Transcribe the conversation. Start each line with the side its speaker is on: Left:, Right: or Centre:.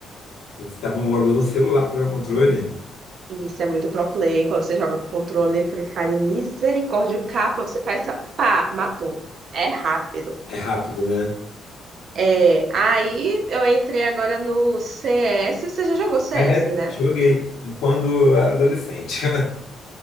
Left: Você tava morando no celular para pegar controle?
Right: Isso é muito pro play, quando você joga com controle, Free Fire, misericórdia, o capa, você faz essa, pá, matou. É rápido.
Left: É rápido, né?
Right: É, aí eu entrei agora no CS, você já jogou CS,
Left: Mas é,
Right: né?
Left: joguei quando eu era adolescente.